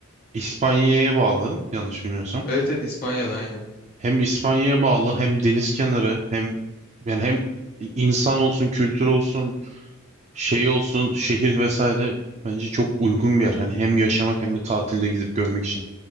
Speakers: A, on the right; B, on the left.
A: İspanya'ya bağlı yanlış bilmiyorsam.
B: Evet evet İspanya'da aynı.
A: Hem İspanya'ya bağlı hem deniz kenarı hem yani hem insan olsun kültür olsun şey olsun şehir vesaire bence çok uygun bir yer. Hani hem yaşamak hem de tatilde gidip görmek için.